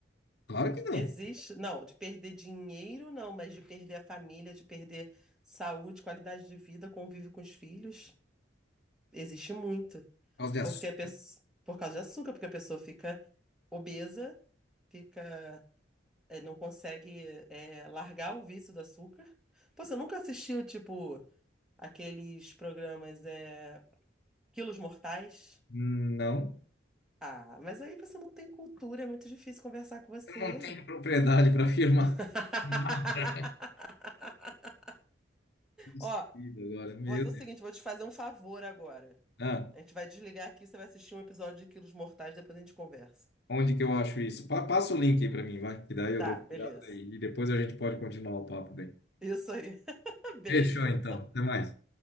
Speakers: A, on the left (about 60°); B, in the centre.
A: Claro que não.
B: Existe.
A: Por
B: Não, de perder dinheiro, não, mas de perder a família, de perder saúde, qualidade de vida, convívio com os filhos, existe muito.
A: causa de
B: Porque
A: açúcar.
B: a pessoa, por causa de açúcar, porque a pessoa fica obesa, fica, eh, não consegue, eh, largar o vício do açúcar. Pô, você nunca assistiu, tipo, aqueles programas, é, Quilos Mortais?
A: Não.
B: Ah, mas aí você não tem cultura, é muito difícil conversar com você.
A: Eu não tenho propriedade para afirmar.
B: <laughs>
A: Nada. Esquecido
B: Ó,
A: agora, meu
B: vou fazer
A: Deus.
B: o seguinte, vou te fazer um favor agora.
A: Ah,
B: A gente vai desligar aqui, você vai assistir um episódio de Quilos Mortais, depois a gente conversa.
A: onde que eu acho isso? Pa- passa o link aí pra mim, vai, que daí eu
B: Tá,
A: dou uma
B: beleza.
A: olhada e e depois a gente pode continuar o papo daí.
B: Isso aí. <laughs> Beijo.
A: Fechou então, até mais.